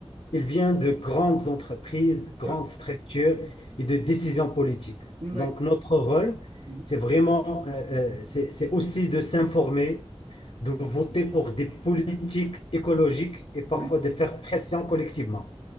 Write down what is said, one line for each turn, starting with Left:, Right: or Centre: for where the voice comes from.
Left: Il vient de grandes entreprises, grandes
Right: Ouais.
Left: structures et de décisions politiques.
Right: Mhm.
Left: Donc,
Right: Ouais.
Left: notre rôle,
Right: Mhm.
Left: c'est vraiment, euh, euh, c'est c'est aussi de s'informer, de voter pour des politiques écologiques et parfois
Right: Oui.
Left: de faire pression collectivement,